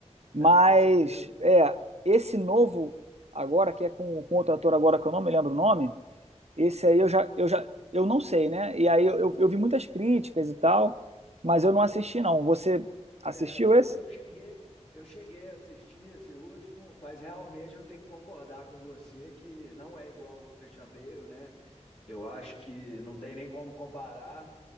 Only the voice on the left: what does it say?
Ah, com certeza.
É, eu,
eu cheguei, eu cheguei a assistir esse último, mas realmente eu tenho que concordar com você que não é igual o Christian Bale, né? Eu acho que não tem nem como comparar.